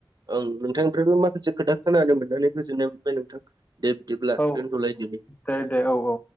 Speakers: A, on the right; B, on the left.
A: ओं नोंथांनिफ्रायबो माखासे खोथा खोनानो मोननानै गोजोननाय मोनबाय नोंथां दे बिदिब्ला
B: औ
A: दोनथ'लायदिनि
B: दे दे औ औ